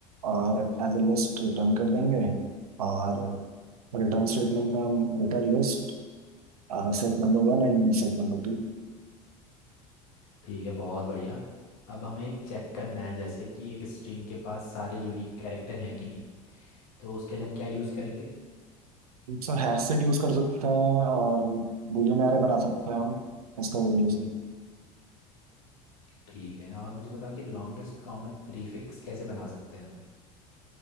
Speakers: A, on the right; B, on the left.
A: और एज ए लिस्ट रिटर्न कर देंगे और रिटर्न स्टेटमेंट में हम return list set number one and set number two
B: ठीक है बहुत बढ़िया अब हमें एक चेक करना है जैसे कि एक स्ट्रिंग के पास सारे यूनिक कैरेक्टर हैं कि नहीं तो उसके लिए हम क्या यूज़ करेंगे
A: Sir hash set use कर सकते हैं और boolean array बना सकते हैं हम इसका वो यूज
B: ठीक है और मुझे बताओ कि लॉन्गेस्ट कॉमन प्रीफिक्स कैसे बना सकते हैं हम